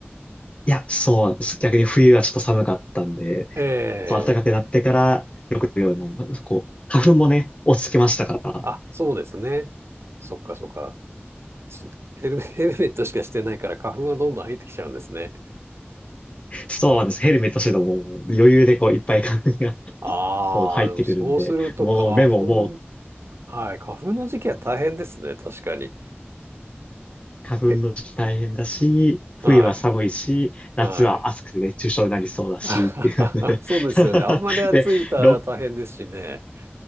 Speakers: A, on the left; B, on the right.
A: いや、そうなんです。逆に冬はちょっと寒かったんで、
B: ええ、
A: こう暖かくなってからよく行くようになります。こう、花粉もね、落ち着きましたから、
B: あ、そうですね。そっかそっか。すヘルメ、ヘルメットしかしてないから花粉がどんどん入ってきちゃうんですね。
A: そうなんです。ヘルメットしててももう余裕でこういっぱい花粉が
B: ああ、
A: もう入ってくるんで、
B: でもそうすると花粉、
A: もう目ももう
B: はい、花粉の時期は大変ですね、確かに。
A: 花粉の時期大変だし、
B: え、
A: 冬は寒いし、
B: はい、
A: 夏は暑くて熱中症になりそうだし、
B: はい。<laughs>
A: っていうので
B: そうですよね。
A: <laughs>
B: あんまり暑いとあれは大変ですしね。
A: で、6、